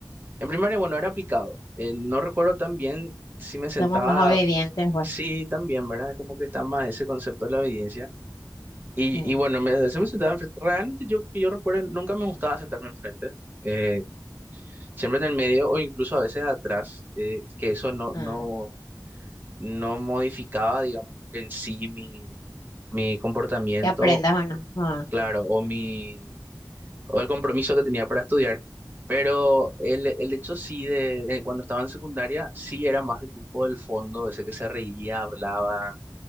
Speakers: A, on the right; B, on the left.
A: En primaria, bueno, era aplicado. Eh, no recuerdo tan bien si me sentaba,
B: Somos más obedientes, pues.
A: sí, también, ¿verdad? Es como que está más ese concepto de la obediencia. Y,
B: Sí.
A: y bueno, me, se me sentaba enfrente. Realmente yo, que yo recuerdo, nunca me gustaba sentarme enfrente. Eh, siempre en el medio o incluso a veces atrás, eh, que eso no,
B: Ah,
A: no, no modificaba, digamos, en sí mi, mi comportamiento,
B: que aprendas o no. Ah,
A: claro, o mi o el compromiso que tenía para estudiar, pero el, el hecho sí de, de cuando estaba en secundaria, sí era más del grupo del fondo, ese que se reía, hablaba,